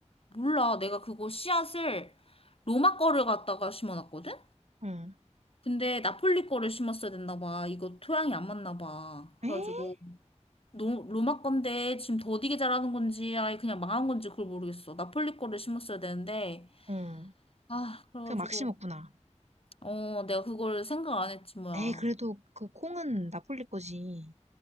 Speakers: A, on the left; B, on the right.
A: 몰라. 내가 그거 씨앗을 로마 거를 갖다가 심어놨거든?
B: 응.
A: 근데 나폴리 거를 심었어야 됐나 봐. 이거 토양이 안 맞나 봐.
B: 에?
A: 그래가지고, 노, 로마 건데 지금 더디게 자라는 건지, 아예 그냥 망한 건지 그걸 모르겠어. 나폴리 거를 심었어야 되는데,
B: 응.
A: 아, 그래가지고,
B: 그냥 막시 먹구나.
A: 어, 내가 그걸 생각 안 했지, 뭐야.
B: 에이, 그래도 그 콩은 나폴리 거지.